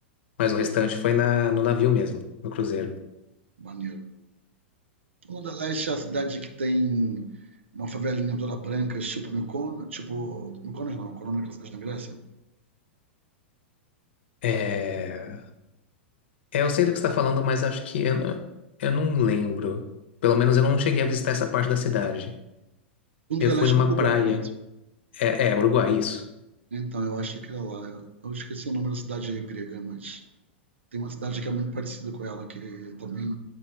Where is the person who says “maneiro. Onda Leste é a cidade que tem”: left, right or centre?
Right